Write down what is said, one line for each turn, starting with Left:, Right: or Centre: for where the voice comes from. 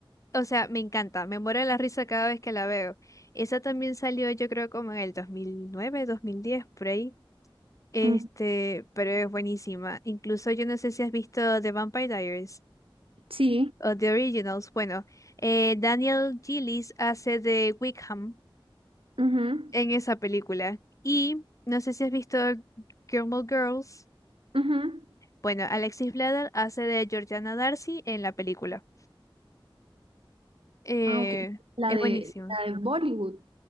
Left: o sea, me encanta, me muero de la risa cada vez que la veo. Esa también salió, yo creo, como en el 2009, 2010, por ahí. Este,
Right: Mm,
Left: pero es buenísima. Incluso yo no sé si has visto The Vampire Diaries
Right: Sí.
Left: o The Originals. Bueno, eh, Daniel Gillies hace de Wickham
Right: ujú,
Left: en esa película. Y no sé si has visto Gilmore Girls.
Right: ujú.
Left: Bueno, Alexis Bledel hace de Georgiana Darcy en la película. Eh,
Right: Ah, ok. La
Left: es
Right: de,
Left: buenísimo.
Right: la de Bollywood.